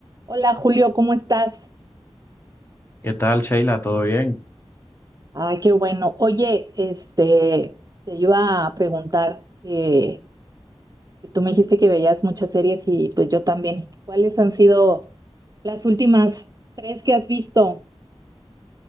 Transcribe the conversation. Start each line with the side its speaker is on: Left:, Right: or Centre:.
Right: Hola Julio, ¿cómo estás?
Left: ¿Qué tal, Sheila? ¿Todo bien?
Right: Ay, qué bueno. Oye, este, te iba a preguntar eh, que tú me dijiste que veías muchas series y pues yo también. ¿Cuáles han sido las últimas tres que has visto?